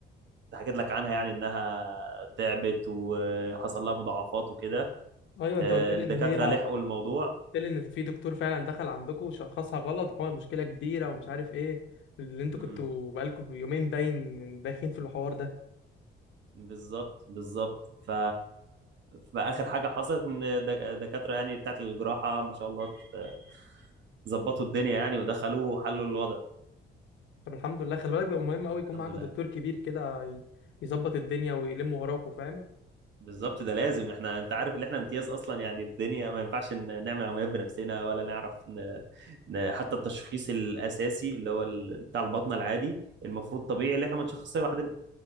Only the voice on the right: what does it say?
كنت حكيت لك عنها يعني انها تعبت وحصل لها مضاعفات وكده
آه،
الدكاتره
لحقوا الموضوع
امم
بالظبط بالظبط ف فاخر حاجه حصلت ان الدك- الدكاتره يعني بتاعت الجراحه ما شاء الله ت- ظبطوا الدنيا يعني ودخلوا وحلوا الوضع
الحمد
لله
بالظبط ده لازم احنا انت عارف ان احنا امتياز اصلا يعني الدنيا ما ينفعش ن- نعمل عمليات بنفسنا ولا نعرف ن... ن... حتى التشخيص الاساسي اللي هو ال- بتاع البطنه العادي المفروض طبيعي اللي احنا ما نشخصها لوحدنا